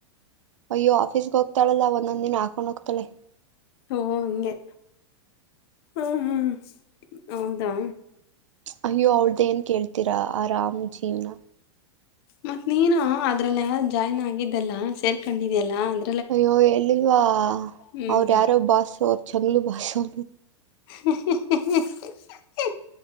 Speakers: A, on the right; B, on the left.
A: ಅಯ್ಯೋ ಆಫೀಸ್ಗ್ ಹೋಗತಾಳಲ್ಲ ಒಂದೊಂದ್ ದಿನ ಹಾಕೊಂಡ್ ಹೋಗ್ತಾಳೆ.
B: ಓ ಹಂಗೆ ಹ್ಮ ಹ್ಮ್ ಹೌದಾ.
A: ಅಯ್ಯೋ ಅವ್ಳದ್ ಏನ್ ಕೇಳ್ತೀರಾ ಆರಾಮ್ ಜೀವ್ನ.
B: ಮತ್ತ್ ನೀನು ಅದ್ರಲ್ಲ ಜಾಯ್ನ್ ಆಗಿದ್ದಲ್ಲ ಸೇರ್ಕೊಂಡಿದ್ಯಲ್ಲ ಅದ್
A: ಅಯ್ಯೋ ಹೇಲ್ಲಿಲ್ವಾ
B: ಹ್ಮ್
A: ಅವ್ರ ಯಾರೋ ಭಾಸು ಅವರು ಚಂಗ್ಲು ಭಾಸು.
B: ಹ ಹ್ಮ್ ಹ್ಮ್ ಹ್ಮ್ ಹ್